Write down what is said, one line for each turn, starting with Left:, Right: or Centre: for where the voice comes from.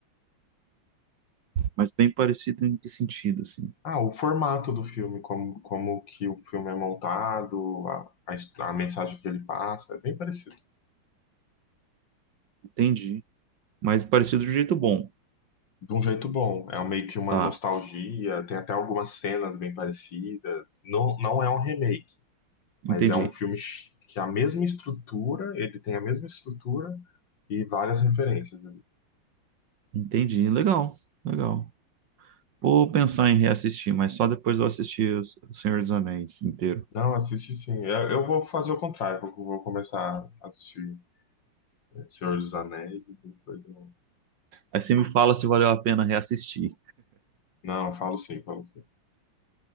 Right: mas bem parecido em que sentido, assim.
Left: Ah, o formato do filme, como, como que o filme é montado, a, a, his- a mensagem que ele passa, é bem parecido.
Right: Entendi. mas parecido de um jeito bom.
Left: De um jeito bom, é meio que uma
Right: Tá,
Left: nostalgia, tem até algumas cenas bem parecidas. Não, não é um remake,
Right: entendi.
Left: mas é um filme ch- que a mesma estrutura, ele tem a mesma estrutura e várias referências.
Right: Entendi. Legal, legal. Vou pensar em reassistir, mas só depois eu assistir os- O Senhor dos Anéis inteiro.
Left: Não, assiste sim. Eu, eu vou fazer o contrário. Vou, vou começar a assistir é, Senhor dos Anéis e depois. eu-
Right: Aí você me fala se valeu a pena reassistir.
Left: Não, eu falo sim, falo sim.